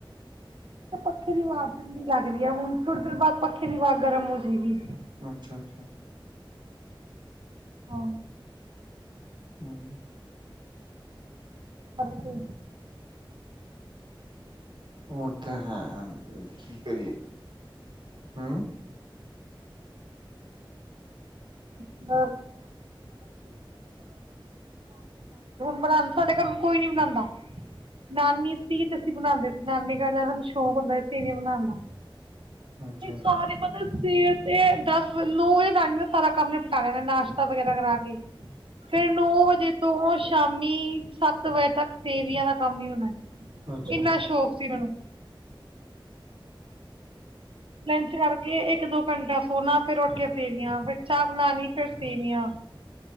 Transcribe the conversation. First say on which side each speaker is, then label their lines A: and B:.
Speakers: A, on the right; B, on the right.
A: ਪੱਖੇ ਦੀ ਵਵਾ ਠੰਡੀ ਲੱਗ ਰਹੀ ਹੈ ਹੁਣ ਥੋੜ੍ਹੀ ਦੇਰ ਬਾਅਦ ਪੱਖੇ ਦੀ ਵਵਾ ਗਰਮ ਹੋ ਜਾਏਗੀ।
B: ਅੱਛਾ- ਅੱਛਾ।
A: ਹਾਂ।
B: ਹਾਂ।
A: <unintelligible>
B: ਉਹ ਤੇ ਹੈ, ਕੀ ਕਰੀਏ? ਹੂੰ।
A: <unintelligible> <unintelligible> ਹੁਣ ਬਣਾ ਸਾਡੇ ਘਰ ਹੁਣ ਕੋਈ ਨੀ ਬਣਾਂਦਾ
B: <inaudible>
A: ਨਾਨੀ ਸੀ ਤੇ ਅਸੀਂ ਬਣਾਂਦੇ ਸੀ ਨਾਨੀ ਕਰ ਸਾਨੂੰ ਸ਼ੌਕ ਹੁੰਦਾ ਸੀ ਸੇਵੀਆਂ ਬਣਾਣ ਦਾ
B: ਅੱਛਾ ਜੀ,
A: ਸਾਰੇ ਪਤਾ ਸਵੇਰ ਤੇ ਦਸ ਵ ਨੂੰ ਨਾਨ ਦਾ ਸਾਰਾ ਕੰਮ ਨਿਪ ਸਾਰਿਆਂ ਦਾ ਨਾਸ਼ਤਾ ਵਗੈਰਾ ਕਰਾ ਕੇ। ਫ਼ੇਰ ਨੌ ਵਜੇ ਤੋਂ ਸ਼ਾਮੀ ਸੱਤ ਵਜੇ ਤੱਕ ਸੇਵੀਆਂ ਦਾ ਕੰਮ ਈ ਹੋਣਾ।
B: ਅੱਛਾ
A: ਇੰਨਾ
B: ਜੀ,
A: ਸ਼ੌਕ ਸੀ ਉਹਨਾਂ ਨੂੰ ਲੰਚ ਕਰਕੇ ਇੱਕ ਦੋ ਘੰਟਾ ਸੋਨਾ ਫੇ਼ਰ ਉੱਠ ਕੇ ਸੇਵੀਆਂ ਫ਼ੇਰ ਚਾਹ ਬਣਾਣੀ ਫ਼ੇਰ ਸੇਵੀਆਂ